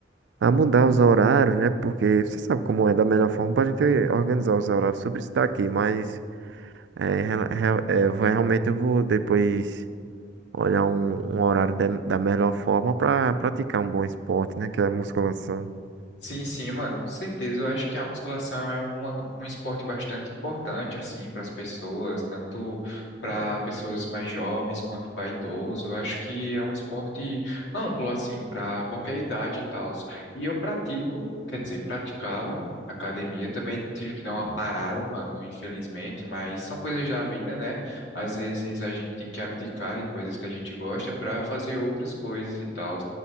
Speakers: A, on the right; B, on the left.
A: a mudar os horários, né? Porque você sabe como é da melhor forma pra gente organizar os horários sobre isso daqui, mas. É, rela- real- é, vou- realmente eu vou depois olhar um, um horário da, da melhor forma para praticar um bom esporte, né? Que é a musculação.
B: Sim, sim, mano, com certeza. Eu acho que a musculação é uma, um esporte bastante importante, assim, para as pessoas, tanto para pessoas mais jovens quanto para idosos. Eu acho que é um esporte amplo, assim, para qualquer idade e tal. E eu pratico, quer dizer, praticava academia. Também tive que dar uma parada, mano, infelizmente, mas são coisas da vida, né? Às vezes a gente tem que abdicar de coisas que a gente gosta para fazer outras coisas e tal.